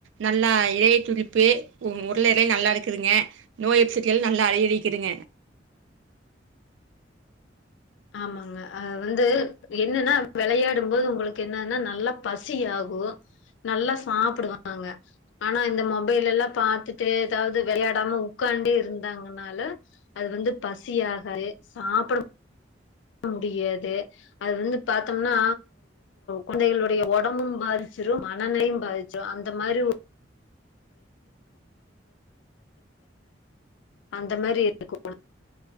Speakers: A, on the right; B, on the left.
A: நல்லா இலைய துளிப்பு உருளை இலை நல்லா இருக்குதுங்க நோய் அப்செட்டி எல்லா நல்லா அடையடிக்கதுங்க
B: ஆமாங்க அது வந்து என்னன்னா வெளையாடும்போது உங்களுக்கு என்னன்னா நல்லா பசி ஆகு நல்லா சாப்புடுவாங்க ஆனா இந்த மொபைல் எல்லா பாத்துட்டு எதாவது வெளையாடாம உட்காண்டே இருந்தாங்கனால அது வந்து பசியாகாது சாப்புட முடியாது அது வந்து பாத்தம்னா கொழந்தைகளுடைய ஒடம்பும் பாதிச்சிரு மனனையும் பாதிச் சோ அந்த மாரி ஒ <inaudible> அந்த மாரி இருக்கு